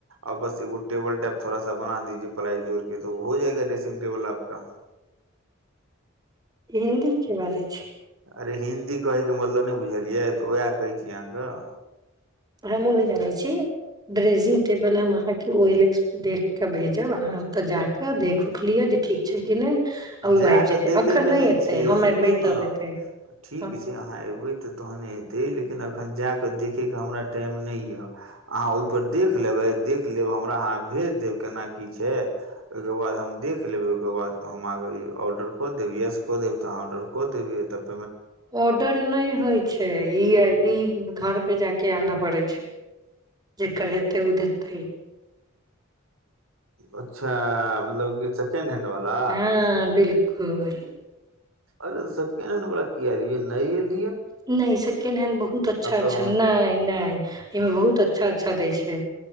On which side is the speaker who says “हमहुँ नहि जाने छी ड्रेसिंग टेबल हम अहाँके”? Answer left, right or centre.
Right